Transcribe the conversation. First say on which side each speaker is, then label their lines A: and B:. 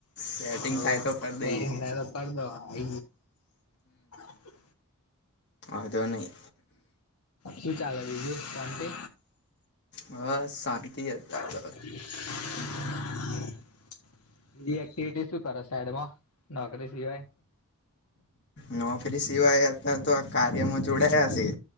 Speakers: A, on the left; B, on the left.
A: સેટિંગ
B: હ
A: થાય તો કરી
B: પરી
A: દઈએ
B: હરા તો પડ દો આ <unintelligible>
A: વધો નહીં.
B: શું ચાલે બીજું શાંતિ.
A: હ શાંતિ હતા.
B: <inaudible> બ એક્ટિવિટી શું કરો સાઈડમાં નોકરી સિવાય?
A: નોકરી સિવાય અ તો આ કાર્યમાં જોડાયા છે.